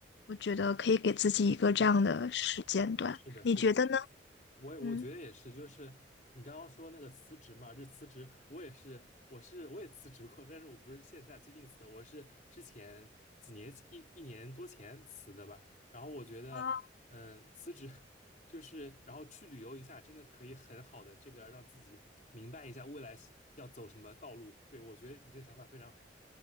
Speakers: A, on the left; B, on the left.
A: 我觉得可以给自己一个这样的时间段，
B: 对，是的，
A: 你觉得呢？
B: 是的，是的我我觉得也是，
A: 嗯
B: 就是你刚刚说那个辞职嘛，就辞职我也是，我是我也辞职过，但是我不是现在最近辞的，我是之前几年一一年多前辞的吧。然后我觉得，
A: 啊，
B: 嗯、辞职 <laughs> 就是然后去旅游一下，真的可以很好的这个让自己明白一下未来要走什么道路。对，我觉得你这个想法非常好。